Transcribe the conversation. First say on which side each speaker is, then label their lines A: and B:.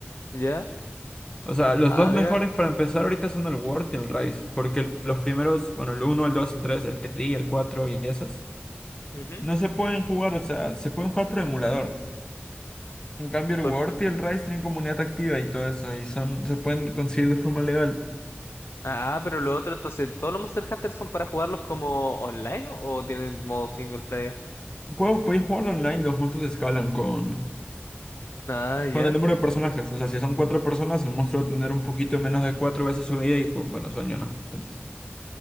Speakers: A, on the left (about 75°); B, on the left (about 20°).
A: Ya.
B: O sea, los
A: Ah,
B: dos mejores
A: mira.
B: para empezar ahorita son el World y el Rise. Porque los primeros, bueno, el uno el 2 el 3 el 3, el 4 y esos.
A: Ujú.
B: No se pueden jugar, o sea, se pueden jugar por emulador. En cambio, el
A: Por-
B: Word y el Rise tienen comunidad activa y todo eso, y son, se pueden conseguir de forma legal.
A: Ah, pero lo otro, entonces, ¿todos los Monster Hunter son para jugarlos como online o o tienen modo single player?
B: Puedes, podéis jugarlo online, los monstruos escalan con,
A: Ah, ya.
B: con el número de personajes. O sea, si son cuatro personas, el monstruo va a tener un poquito menos de cuatro veces su vida y, cu- bueno, sueño no. Entonces,